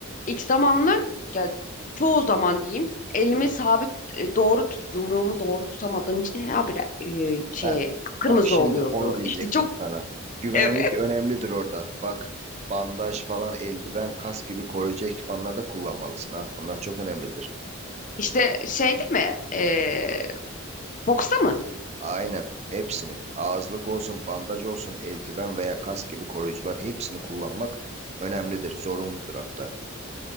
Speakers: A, on the left (about 40°); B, on the right (about 30°).
A: ilk zamanlar ya çoğu zaman diyeyim elimi sabit e, doğru tut yumruğumu doğru tutamadığım için her bir şey
B: Heh,
A: kıpkırmızı
B: bak şimdi
A: oluyordu.
B: onu diyecektim
A: İşte çok
B: sana. Güvenlik
A: evet.
B: önemlidir orada. Bak bandaj falan, eldiven, kask gibi koruyucu ekipmanlar da kullanmalısın ha. Bunlar çok önemlidir.
A: İşte şey değil mi? E, boksta mı?
B: Aynen. Hepsini. Ağızlık olsun, bandaj olsun, eldiven veya kask gibi koruyucular hepsini kullanmak önemlidir, zorunludur hatta.